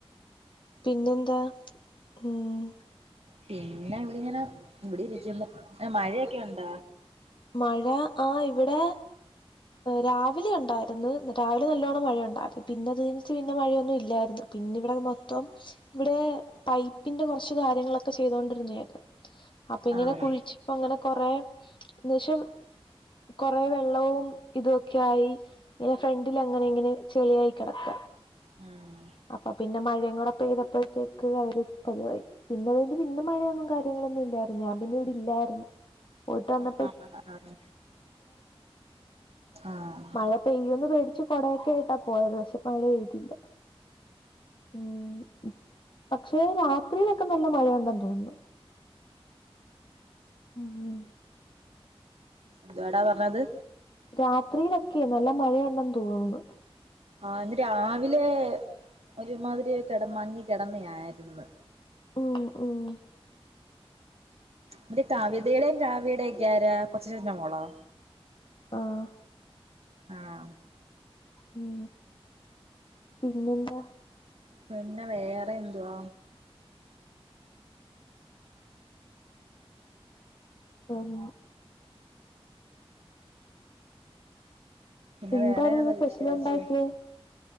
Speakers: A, on the left; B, on the right.
A: പിന്നെന്താ ഉം
B: പിന്ന ഇവിടെ ഇങ്ങനെ ഇവിടെ ഇരിക്കുന്നു മഴയൊക്കെ ഉണ്ട?
A: മഴ ആഹ് ഇവിടെ രാവിലെ ഉണ്ടായിര്ന്ന് രാവിലെ നല്ലോണം മഴ ഉണ്ടായ്ര്ന്നു പിന്നെ അത് കയ്ഞ്ഞ്ട്ട് മഴയൊന്നും ഇല്ലാര്ന്ന് പിന്നെ ഇവിടെ മൊത്തം ഇവിടെ പൈപ്പിന്റെ കൊർച്ച് കാര്യങ്ങളൊക്കെ ചെയ്തോണ്ടിര്ന്നെയായ്ര്ന്ന് അപ്പൊ ഇങ്ങനെ
B: ആണോ
A: കുഴിച്ച് പ്പ അങ്ങനെ കൊറേ ന്ന് വെച്ചാ കൊറേ വെള്ളവും ഇതുവൊക്കെ ആയി ഇങ്ങെനെ ഫ്രണ്ടിലങ്ങനെ ഇങ്ങെനെ ചെളിയായി കെടക്ക
B: ഉം
A: അപ്പൊ പിന്നെ മഴയും കൂടെ പെയ്തപ്പഴത്തേക്ക് അതൊരു പരിവായ് പിന്നെ അത് കയ്ട്ട് പിന്നെ മഴയൊന്നും കാര്യങ്ങളൊന്നും ഇല്ലായ്ര്ന്ന് ഞാൻ പിന്നെ ഇവിടെ ഇല്ലായ്ര്ന്ന് പോയിട്ട് വന്ന
B: ആഹ് ആഹ് ആഹ് ആഹ്
A: അഹ് പെയ്യാന്ന് പേടിച്ച് കൊടെക്ക ആയിട്ടാ പോയരുന്നു പക്ഷെ. മഴ പെയ്തില്ല ഊം ഉം പക്ഷേ രാത്രിയിലൊക്കെ നല്ല മഴ ഉണ്ടന്ന് തോന്നുന്നു. ആഹ്
B: എന്തുവാടാ പർഞ്ഞത്
A: രാത്രിയിലൊക്കെ നല്ല മഴയുണ്ടെന്ന് തോന്ന്ണ്‌ണ്ട്
B: ആഹ് ഇന്ന് രാവിലെ ഒര്മാതിരി കെടെ മങ്ങി കെടെന്നെ ആയിര്ന്ന്
A: ഉം ഉം
B: ഉം താവ്യതെടെയും കാവ്യെടെക്കെ ആരാ കൊച്ചച്ചെന്റെ മോളോ?
A: ആഹ്
B: ആഹ്
A: ഉം പിന്നെന്താ
B: പിന്നെ വേറെ എന്തുവ
A: ആം
B: പിന്നെ
A: എന്തായിരുന്നു
B: വേറെയാണോ വിശേഷം
A: സ്പെഷ്യൽ ഉണ്ടാക്കിയേ